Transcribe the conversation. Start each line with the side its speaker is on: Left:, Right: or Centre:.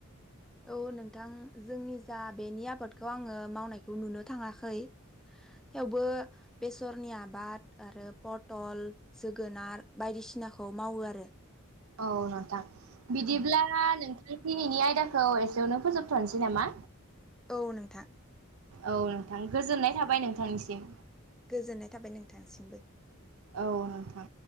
Centre: औ नोंथां जोंनि जा बेनि आबादखौ आंङो मावनायखौ नुनो थांङाखै थेवबो बेसरनि आबाद आरो पतल जोगोनार बायदिसिनाखौ मावो आरो
Right: औ नोंथां बिदिब्ला
Centre: औ
Right: नोंथां दिनैनि आयद यदाखौ एसेयावनो फोजोबथ'नोसै नामा
Centre: औ नोंथां
Right: औ नोंथां गोजोननाय थाबाय नोंथांनिसिम
Centre: गोजोननाय थाबाय नोंथांसिमबो
Right: औ नोंथां